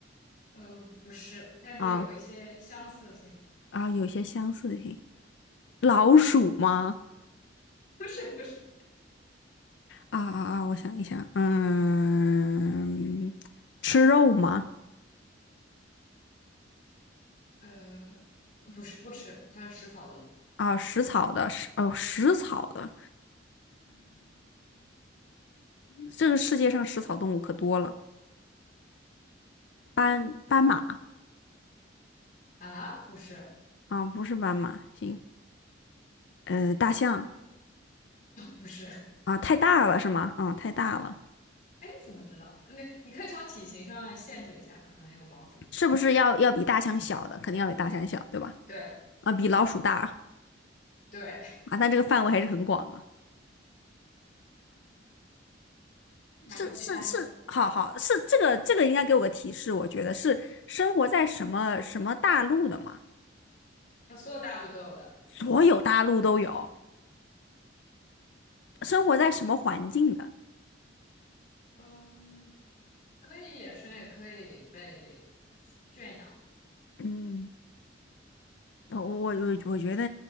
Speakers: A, on the left (about 45°); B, on the left (about 65°).
A: 呃，不是，但是有一些相似性，
B: 啊啊，有些相似性。老鼠吗？
A: 不是不是，
B: 啊啊啊！我想一想，嗯，吃肉吗？
A: 呃，不是不吃，它是食草动
B: 啊，食草的，食哦，食草的，这个世界上食草动物可多了，斑斑马
A: 啊，不是
B: 啊，不是斑马，行，呃，大象
A: 不是，
B: 啊，太大了是吗？啊，太大了，
A: 哎，你怎么知道？那你可以从体型上限制一下，可能有帮助。
B: 是不是要要比大象小的？肯定要比大象小，对吧？
A: 对
B: 啊，比老鼠大
A: 对，
B: 啊，但这个范围还是很广啊。
A: <laughs>
B: 是是是，
A: 哪个比大象？
B: 好好是这个这个应该给我个提示，我觉得是生活在什么什么大陆的嘛？
A: 呃，所有大陆都有的，
B: 所有大陆都有，生活在什么环境的？
A: 嗯，可以野生，也可以被圈养。
B: 嗯，我我我我觉得，